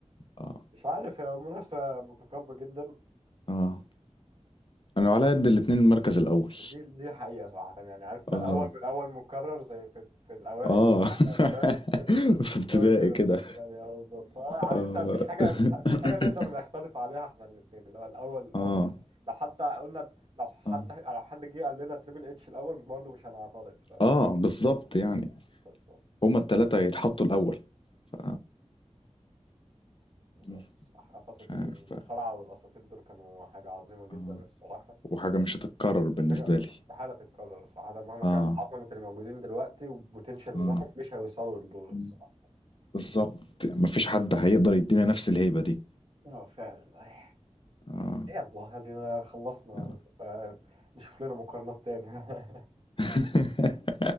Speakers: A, on the left; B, on the right.
A: اه
B: مش عارف هي منافسه متقاربه جدا
A: اه انا على قد الاتنين المركز الاول
B: دي دي حقيقة صراحة يعني عارف انت
A: اه
B: الأول بالأول مكرر زي في في الأوائل
A: اه <laughs>
B: مدارس كده
A: في ابتدائي
B: أول كده
A: كده
B: الثانية أهو بالظبط آه، عارف
A: اه
B: انت مش حاجة
A: <laughs>
B: مش مش حاجة نقدر نختلف عليها احنا الاتنين اللي هو الأول الأول
A: اه
B: لو حتى قلنا لو حد
A: اه
B: لو حد جه قال لنا تريبل اتش الأول برضه مش هنعترض ف
A: اه بالظبط يعني
B: بالظبط
A: هما التلاتة يتحطوا الاول ف
B: بالظبط.
A: مش
B: صح. فترة
A: عارف
B: المصارعة
A: بقى.
B: والأساطير دول كانوا حاجة عظيمة جدا
A: اه
B: الصراحة
A: وحاجة مش هتتكرر بالنسبة
B: حاجة
A: لي
B: استحالة تتكرر صراحة مهما
A: اه
B: كانت عظمة الموجودين دلوقتي والبوتنشال بتاعهم
A: اه
B: مش هيوصلوا لدول الصراحة
A: مم. بالظبط يعني مفيش حد هيقدر يدينا نفس الهيبة دي
B: اه فعلا أي.
A: اه
B: يلا هدينا خلصنا
A: آه.
B: آه، نشوف لنا مقارنات تانية <laughs>
A: <laughs>